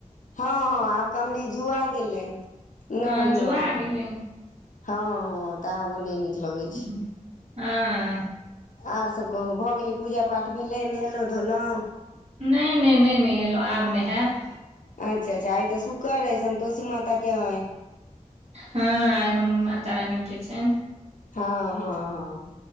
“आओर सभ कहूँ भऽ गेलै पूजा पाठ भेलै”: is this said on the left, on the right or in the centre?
Left